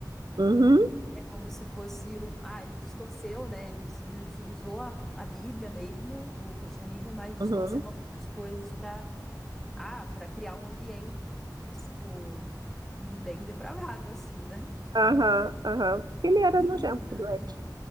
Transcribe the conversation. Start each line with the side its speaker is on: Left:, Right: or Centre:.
Right: Uhum,
Centre: E é como se fosse. um- Ah, ele distorceu, né? Ele, ut- ele utilizou a, a Bíblia mesmo, o cristianismo, mas distorceu
Right: uhum.
Centre: algumas coisas para ah, para criar um ambiente, tipo, bem depravado, assim, né?
Right: Aham, aham. Porque ele era
Centre: Que
Right: nojento,
Centre: bizarro.
Right: doente.